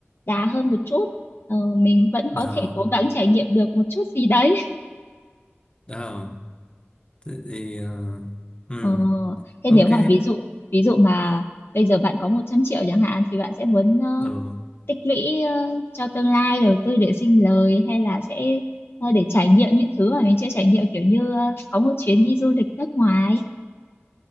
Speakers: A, on the left (about 55°); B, on the left (about 25°).
A: đà hơn một chút Ờ, mình vẫn có
B: ờ
A: thể cố gắng trải nghiệm được một chút gì đấy
B: ờ Thế thì ờ, ừ,
A: Ờ, thế
B: ok
A: nếu mà ví dụ ví dụ mà bây giờ bạn có 100 triệu chẳng hạn thì bạn sẽ muốn ờ,
B: ừ,
A: tích lũy ờ, cho tương lai đầu tư để sinh lời hay là sẽ ờ, để trải nghiệm những thứ mà mình chưa trải nghiệm kiểu như ờ, có một chuyến đi du lịch nước ngoài